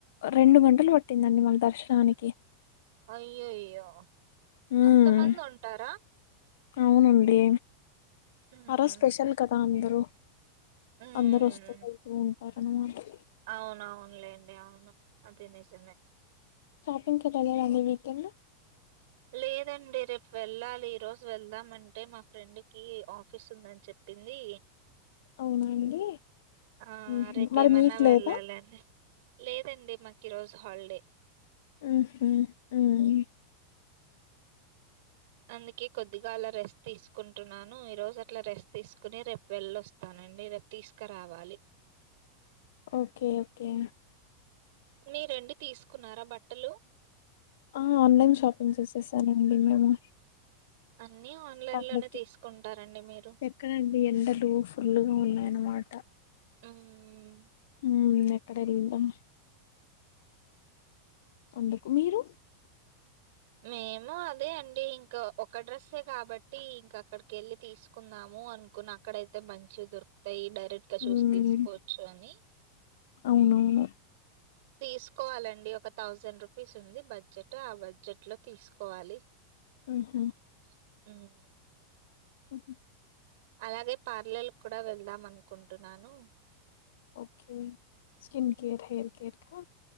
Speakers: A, on the left (about 75°); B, on the right (about 65°).
A: రెండు గంటలు పట్టిందండి మాకు దర్శనానికి
B: అయ్యో అయ్యో
A: ఉమ్
B: అంత మంది ఉంటారా
A: అవునండి
B: ఉహు
A: ఆ రోజ్ స్పెషల్ కథా అందర్ రు
B: హ్మ్
A: అందరు వస్త వెళ్తూ అరుణ్ మాటలు
B: అవునవునులేండి అవును అది నిజమే
A: పిగ్ కెళ్లలేదా ఈ అండి వీకేండ్
B: లేదండి రేపు వెళ్ళాలి ఈరోోజు వెళ్దామంటే మా ఫ్రెండ్కి ఆఫీస్ ఉందని చెప్పింది
A: అవునా అండి
B: ఆ
A: మ్మ్హ్మ్.
B: రేపు
A: మరి
B: ఏమన్నా
A: మీకు లేదా
B: వెళ్ళాలండి లేదండి మాకు ఈరోోజు హాలిడే
A: మ్ హు మ్
B: అందుకే కొద్దిగా అల రెస్ట్ తీసుకుంటున్నాను ఈరోజు అట్లా రెస్ట్ తీసుకుని రేపు వెళ్ళొస్తానండి రేపు తీసుకరావాలి
A: ఓకే ఓకే
B: మీ రండి తీసుకున్నారా బట్టలు
A: అ ఆన్లైన్ షాపింగ్ చేసేసానండి మేము
B: అన్ని ఆన్లైన్
A: పండక్కి
B: లోనే తీసుకుంటారండి మీరు
A: ఎక్కడండి ఎండలు ఫుల్లుగా ఉన్నాయన్నమాట
B: మ్మ్మ్
A: ఉ ఎక్కడేల్తామ్ అందుకు మీరు
B: మేము అదే అండి ఇంకా ఒక డ్రెస్ స్సె కాబట్టి ఇంకా అక్కడ కెళ్ళి తీసుకుందాము అనుకున్న అక్కడయితే మంచివి దొరుకుతయి డై రెక్టెగా చూసి
A: మ్మ్,
B: తీసుకోవచ్చు అని
A: అవునవును
B: తీసుకోవాలండి, ఒక థౌజండ్ రూపీస్ ఉంది బడ్జెట్ ఆ బడ్జెట్ లో తీసుకోవాలి.
A: మ్ హు
B: హ్మ్
A: హుహ్
B: అలాగే పార్లల్కు కూడా వెళ్దాం అనుకుంటున్నాను.
A: Okay skin care, hair care కా